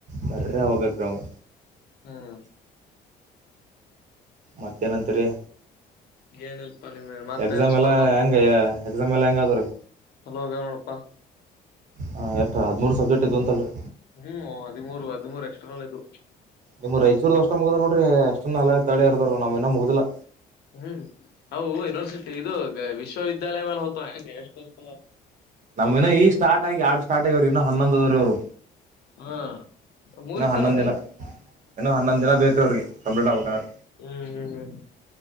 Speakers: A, on the right (about 45°); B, on the left (about 70°).
A: ಬರೇ ಹೋಗ್ಬೇಕರೀ ಅವಗ.
B: ಹ್ಮ್
A: ಮತ್ತೆನಂತಿರಿ.
B: ಏನಲ್ಪಾ ನಿಮ್ ಮತ್ತೇನ್
A: ಎಕ್ಸಾಮ್
B: ಸ್ಪರ್ಧಾ
A: ಎಲ್ಲ ಹೆಂಗಯ್ಯ ಎಕ್ಸಾಮ್ ಎಲ್ಲ ಹೆಂಗ ಆದುರಿ.
B: ಚಲೋಗ ನೋಡಪಾ
A: ಹಾ ಎಷ್ಟ ಹದಮೂರ ಸಬ್ಜೆಕ್ಟ್ ಇದ್ದು ಅಂತಲ್ರಿ.
B: ಹ್ಮ್ ಹದಿಮೂರು ಹದಿಮೂರು ಎಕ್ಸ್ಟ್ರಾನಲ್ ಇದು.
A: ನಿಮ್ ರಾಯಚೂರ್ದ ಅಷ್ಟ ಮುಗ್ದ ನೋಡ್ರಿ ಎಸ್ಟ್ರನಲ್ ತಡೆರ್ದಾರ ನಮ್ಮು ಇನ್ನ ಮುಗ್ದಿಲ್ಲ.
B: ಹ್ಮ್ ಅವು ಯುನಿವರ್ಸಿಟಿ ಇದು ವಿಶ್ವವಿದ್ಯಾಲಯ ಮ್ಯಾಲ ಹೋತವ ಎಷ್ಟೋವರ್ಷ
A: ನಮ್ಮು ಹೀನ ಈಗ ಸ್ಟಾರ್ಟ್ ಆಗಿ ಯಾಡ್ ಸ್ಟಾರ್ಟ್ ಆಗ್ಯಾವ್ರಿ ಇನ್ನ ಹನ್ನೊಂದ ಅವರಿ ಅವರು
B: ಹಾ ಮುಗಿಸ್ತಾರ
A: ಹೀನ ಹನ್ನೊಂದ್
B: ಅದೇ
A: ದಿನ ಹೀನ ಹನ್ನೊಂದ ದಿನ ಬೇಕ್ರೀ ಅವ್ರಿಗಿ. ಕಂಪ್ಲಿಟ್ ಆಬೇಕ ಆದ್ರ.
B: ಹ್ಮ್ ಹ್ಮ್ ಹ್ಮ್